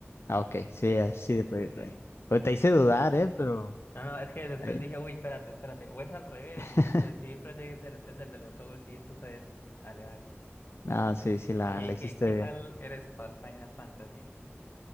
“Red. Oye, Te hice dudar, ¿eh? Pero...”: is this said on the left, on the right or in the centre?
Left